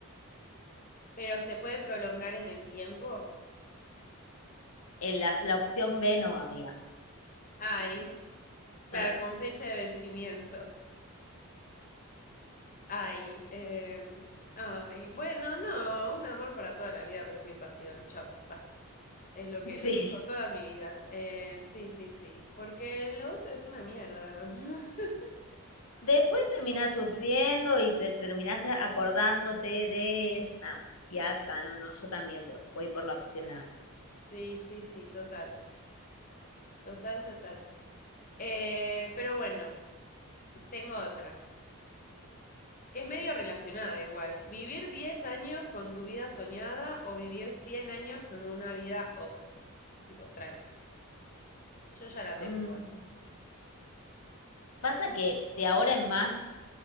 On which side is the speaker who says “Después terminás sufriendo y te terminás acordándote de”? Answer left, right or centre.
Left